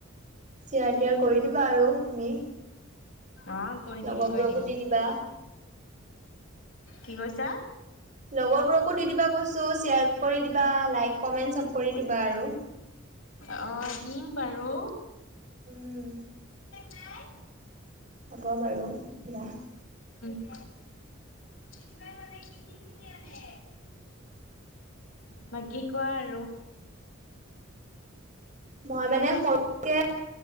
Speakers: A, on the right; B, on the left.
A: চেয়াৰ তিয়াৰ কৰি দিবা আৰু তুমি
B: অ' কৈৰ
A: লগৰবোৰকো
B: দিম কৈৰ দিম
A: দি দিবা
B: কি কৈছা?
A: লগৰবোৰকো দি দিবা কৈছোঁ শ্বেয়াৰ কৰি দিবা লাইক কমেণ্ট চ'ব কৰি দিবা আৰু
B: আহ দিম বাৰু।
A: উম।
B: তাই
A: হ'ব বাৰু দিয়া।
B: অহ' কিবা মানে কি কি কিনি কিনি আনে। বাকী কোৱা আৰু
A: মই মানে সৰুকে।